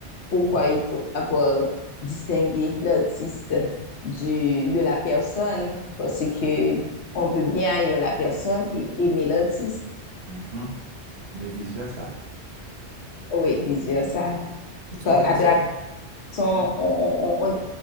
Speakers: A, on the left (about 70°); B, on the right (about 60°).
A: pourquoi
B: Mhm.
A: il faut savoir distinguer l'artiste du, de la personne, parce que
B: Ouais.
A: on peut bien haïr la personne et aimer l'artiste.
B: Mhm. Mais vice-versa.
A: Oh Oui, vice ça.
B: Tu
A: À
B: vois, mais c'est...
A: travers son,
B: Mhm.
A: on, on, on,